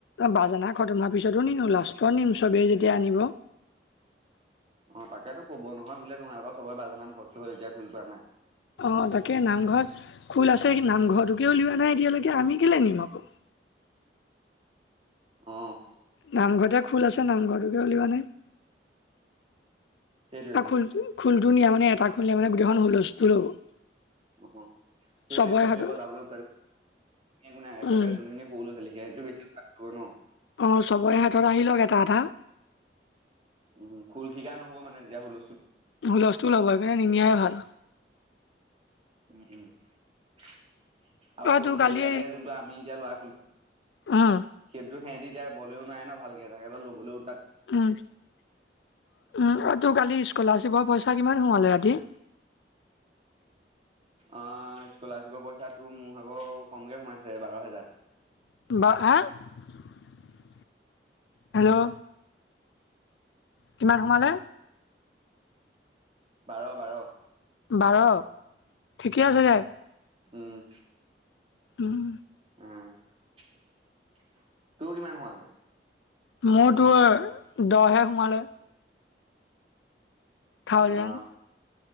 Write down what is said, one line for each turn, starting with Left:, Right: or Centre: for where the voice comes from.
Left: বাজানা খতম হোৱাৰ পিছতো নিনো লাষ্টত নিম চবেই যেতিয়া আনিব।
Right: অঁ তাকেতো ক'ব নহয় বোলে তোমাৰ আকৌ চবৰ বাজনা মুখস্ত হ'ল এতিয়া খোলটো আনা।
Left: অঁ তাকে নামঘৰত খোল আছে, নামঘৰটোকে উলিওৱা নাই এতিয়ালৈকে আমি কেলে নিম আকৌ। <inaudible>
Right: অ
Left: নামঘৰতে খোল আছে নামঘৰটোকে উলিওৱা নাই।
Right: সেইটোৱেটো
Left: আৰু খোল খোলটো নিয়া মানে এটা খোলে মানে গোটেইখন হুলস্থুল হব।
Right: উম সেইটোৱে
Left: চবৰে
Right: চবেই
Left: হাতত
Right: বজাবলৈ একো নাই একেবাৰে
Left: উম,
Right: যোনখিনি সৰু লৰা ছোৱালী সেইখিনিটো বেছি উৎপাত কৰিব ন।
Left: অঁ চবৰে হাতত আহিল লওক এটা এটা।
Right: উম খোল শিকা নহ'ব মানে তেতিয়া হুল
Left: হুলস্থুল হব সেইকাৰণে নিনিয়াই ভাল।
Right: উম। আৰু
Left: অ
Right: সৰু
Left: তোৰ
Right: লৰা ছোৱালীবিলাকে
Left: কালি
Right: যোনটো আমি এতিয়া লৰা
Left: উম
Right: সেইটো সিহঁতি এতিয়া বলেও নোৱাৰে ন ভালকে তাহাঁতে লবলেও
Left: উম উম আৰু তোৰ কালি স্কলাৰশ্বিপৰ পই চা কিমান সোমালে ৰাতি?
Right: অঁ স্কলাৰশ্বিপৰ পইচাটো মোৰ ভাগৰ কমকে সোমাইছে বাৰ হেজাৰ।
Left: <unintelligible> হেল্ল'! কিমান সোমালে?
Right: বাৰ বাৰ।
Left: বাৰ ঠিকে আছে দে।
Right: উম।
Left: উম।
Right: এ তোৰ কিমান সোমালে?
Left: মোৰতো দহহে সোমালে। থাউজেণ্ড।
Right: অ